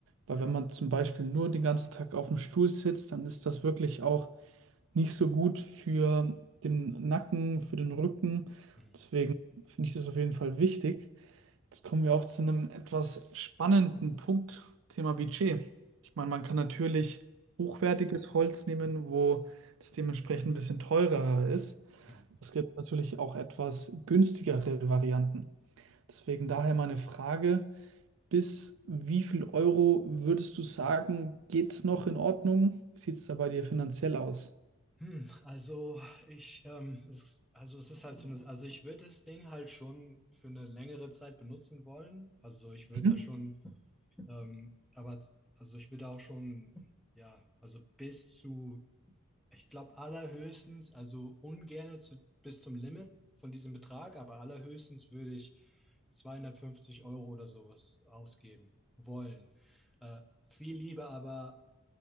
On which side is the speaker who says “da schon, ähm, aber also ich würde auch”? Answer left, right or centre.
Centre